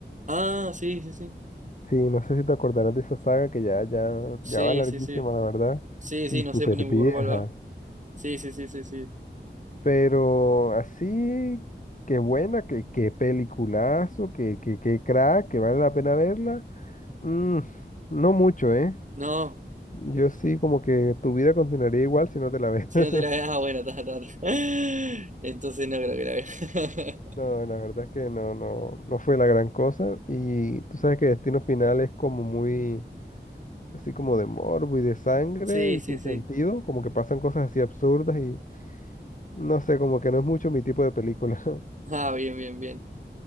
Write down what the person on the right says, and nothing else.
Ah, sí, sí, sí.
Sí,
sí, sí.
Sí, sí,
no
sé ni por
cuál va. Sí, sí, sí, sí, sí.
No,
si
no te la veas, Ah, bueno, ta, ta, ta. <laughs> Entonces no creo que la vea.
<laughs> Sí,
sí,
sí.
Ah, bien, bien, bien.